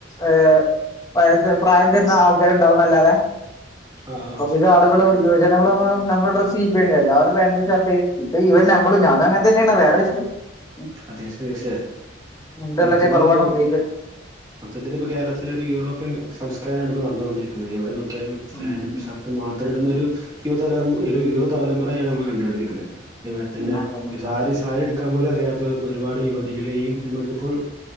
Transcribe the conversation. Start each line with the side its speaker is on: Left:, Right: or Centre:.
Left: ഏഹ് <unintelligible> പ്രായത്തിന്നും ആഗ്രഹം ഇണ്ടാവുന്നല്ലാതെ
Right: ആഹ് ആഹ്
Left: ഇയാളുകളും യുവജനങ്ങളും <unintelligible> ഞമ്മള് ഡ്രസ്സ് <unintelligible> എല്ലാരും പാന്റും ഷർട്ട് ഇട്ട് ഇവൻ ന പ്പളും ഞാന അങ്ങത്തന്നേണ് വേറെ വിഷയം <unintelligible>
Right: ആഹ് തീർച്ചയായും തീർച്ചയായും മൊത്തത്തിലൊരു
Left: കൊറവാണോ ഉപയോഗിക്കല്
Right: മൊത്തത്തില് ഇപ്പോ കേരളത്തിലൊര് യൂറോപ്യൻ സംസ്കാരാണ് ഇപ്പോ നടന്നോണ്ടിരിക്കിന്നത് എവടെ നോക്കിയാലും ഫാന്റും
Left: ഉം ഉം
Right: ഷർട്ടും മാത്രം ഇടുന്നൊരു യുവതലമു യു യുവതലമുറയാണ് അമ്മള് കണ്ടോണ്ടിരിക്കിന്നെ അത്പോലെ തന്നെ
Left: ഉം അതെ
Right: സാരി സാരി ഉടുക്കാൻ പോലും അറിയാത്ത ഇപ്പോ ഒരുപാട് യുവതികളെയും പിന്നെ വല്ലപ്പോഴും